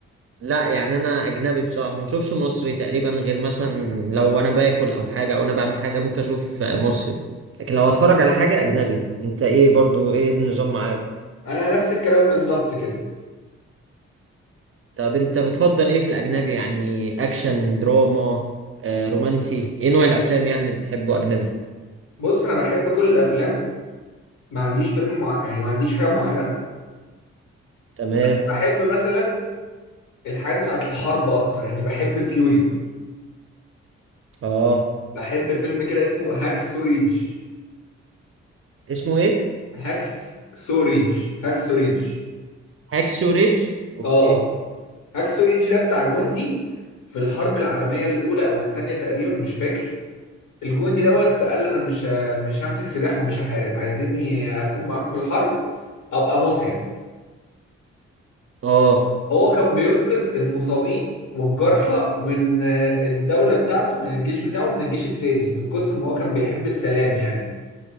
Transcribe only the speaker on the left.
انا نفس الكلام بالظبط كده
بص انا بحب كل الافلام ما عنديش فيلم مع... يعني ما عنديش حاجة معينة
بس بحب مثلا الحاجات بتاعت الحرب اكتر يعني بحب فيوري
بحب فيلم كده اسمه هاكس سوريج
هاكس سوريج هاكس سوريج
اه هاكس سوريج ده بتاع جندي في الحرب العالميه الاولى او الثانيه تقريبا مش فاكر الجندي دوت قال انا مش مش همسك سلاح ومش هحارب عايزيني اكون معاكم في الحرب ابقى مسعف
هو كان بينقذ المصابين والجرحى من آه، الدولة بتاعته من الجيش بتاعه من الجيش التاني من كتر ما هو كان بيحب السلام يعني